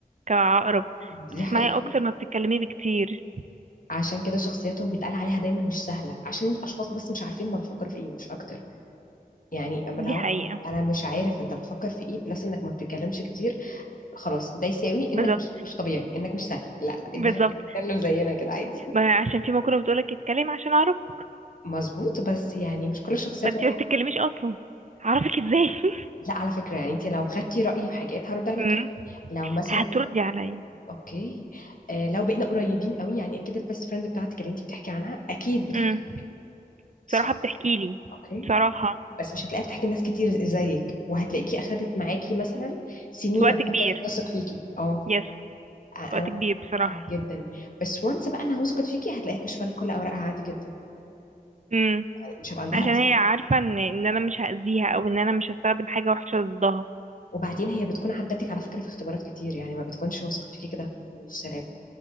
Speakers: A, on the right (about 50°); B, on the left (about 60°).
A: كعقرب
B: دي
A: بتسمعي
B: حقيقة
A: اكتر ما بتتكلمي بكتير
B: عشان كده شخصياتهم بيتقال عليها دايما مش سهلة عشان الأشخاص بس مش عارفين هما بيفكروا في إيه مش أكتر يعني
A: دي
B: اما اللي هو
A: حقيقه
B: انا مش عارف انت بتفكر في ايه بلس انك ما بتتكلمش كتير خلاص ده يساوي
A: بالظبط
B: انك مش مش طبيعي انك مش سهل لا لا
A: بالظبط
B: انت بتتكلم زينا كده عادي
A: ما عشان في مقولة بتقولك اتكلم عشان اعرفك
B: <laughs> مظبوط بس يعني مش كل الشخصيات
A: فانت
B: واحد
A: ما بتتكلميش اصلا اعرفك ازاي <laughs>
B: لا على فكرة يعني انت لو خدتي رأيي في حاجات هرد عليكي
A: امم
B: لو مثلا
A: هتردي عليا
B: اوكي آه لو بقينا قريبين قوي يعني اكيد البيست فريند بتاعتك اللي انت بتحكي عنها اكيد بتحكي
A: امم
B: صح
A: بصراحة بتحكي لي
B: اوكي
A: بصراحة
B: بس مش هتلاقيها بتحكي لناس كتير زيك وهتلاقيكي اخدت معاكي مثلا سنين
A: وقت
B: عم
A: كبير
B: تثق فيكي اه
A: يس
B: انا
A: وقت كبير بصراحة
B: اه جدا بس وانس بقى انها وثقت فيكي هتلاقيها كشفه لك كل اوراقها عادي جدا
A: امم
B: يعني مش هيبقى عندها
A: عشان
B: ازمه
A: هي عارفة ان ان انا مش هأذيها او ان انا مش هستخدم حاجة وحشة ضدها
B: وبعدين هي بتكون عدتك على فكره في اختبارات كتير يعني ما بتكونش وثقت فيكي كده في سلام